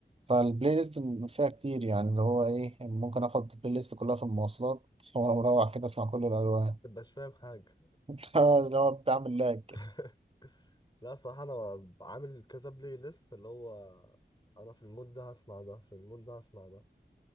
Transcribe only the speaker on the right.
فالبلاي ليست فيها كتير يعني اللي هو ايه ممكن اخد البلاي ليست كلها في المواصلات وانا مروح كده اسمع كل الالوان
<laughs> اللي هو بعمل لاج